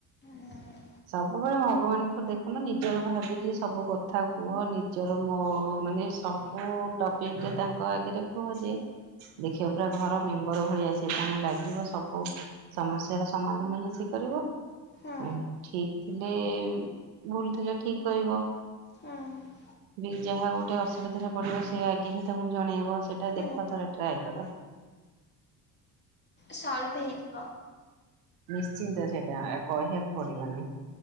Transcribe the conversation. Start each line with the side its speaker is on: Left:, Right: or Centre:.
Left: ହୁଁ
Right: ସବୁବେଳେ ଭଗବାନଙ୍କ ଦେଖୁନ ନିଜର ଭାବିକି ସବୁ କଥା କୁହ ନିଜର ମୋ ମାନେ ସବୁ ଟପିକ ରେ ତାଙ୍କ ଆଗରେ କୁହ ସେ ଦେଖିବ ପୁରା ଘର ମେମ୍ବର ଭଳିଆ ସେ ତାଙ୍କୁ ଲାଗିବ ସବୁ ସମସ୍ୟାର ସମାଧାନ ହିଁ ସେ କରିବ
Left: ହୁଁ
Right: ଉଁ ଠିକ ଥିଲେ ଭୁଲ ଥିଲେ ଠିକ କରିବ
Left: ହୁଁ
Right: ବି ଯାହା ଗୋଟେ ଅସୁବିଧାରେ ପଡିବ ସେ ଆଗେ ହିଁ ତମକୁ ଜଣେଇବ। ସେଟା ଦେଖ
Left: ହୁଁ
Right: ଥରେ ଟ୍ରାଏ ତା
Left: ସଲଭ ହେଇଯିବ।
Right: ନିଶ୍ଚିନ୍ତ ସେଇଟା କହିବାକୁ ପଡିବନି।